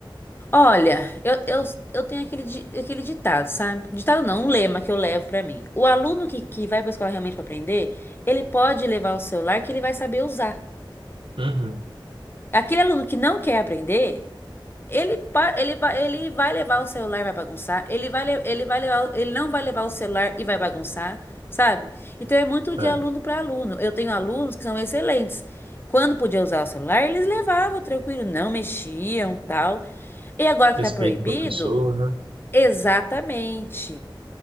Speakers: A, on the left (about 25°); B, on the right (about 80°).
A: Olha, eu, eu, eu tenho aquele, di- aquele ditado, sabe? Ditado não, um lema que eu levo pra mim. O aluno que, que vai pra escola realmente pra aprender, ele pode levar o celular que ele vai saber usar.
B: Uhum.
A: Aquele aluno que não quer aprender. Ele, pa- ele, ba- ele vai levar o celular e vai bagunçar. Ele vai, le- ele vai levar, ele não vai levar o celular e vai bagunçar, sabe? Então é muito de
B: É.
A: aluno para aluno. Eu tenho alunos que são excelentes. Quando podia usar o celular, eles levavam tranquilo, não mexiam, tal. E agora
B: Respeito
A: que tá proibido,
B: o professor, né?
A: exatamente.